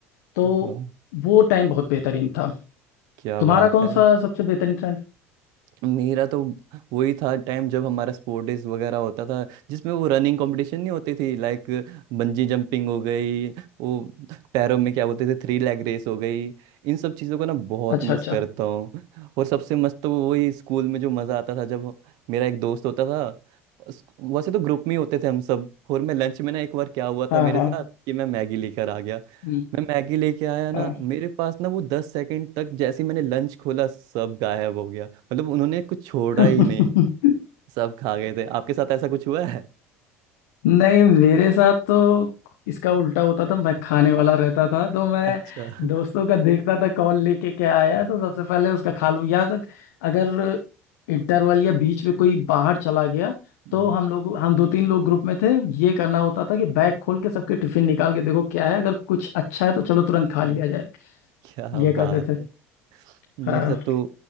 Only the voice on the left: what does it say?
तो
वो टाइम बहुत बेहतरीन था
तुम्हारा
कौन
सा सबसे बेहतरीन टाइम
अच्छा
अच्छा
हाँ
हाँ
हम्म,
हाँ
<laughs>
नहीं मेरे साथ तो इसका उल्टा होता था मैं खाने वाला रहता था तो
मैं
दोस्तों का देखता था कौन लेके क्या आया है, तो सबसे पहले उसका खा लूं या तक अगर इंटरवल या बीच में कोई बाहर चला गया
तो हम लोग हम दो तीन लोग ग्रुप में थे ये करना होता था कि बैग खोल के सबके टिफिन निकाल के देखो क्या है अगर कुछ अच्छा है तो चलो तुरंत खा
लिया जाए
ये करते
थे
हाँ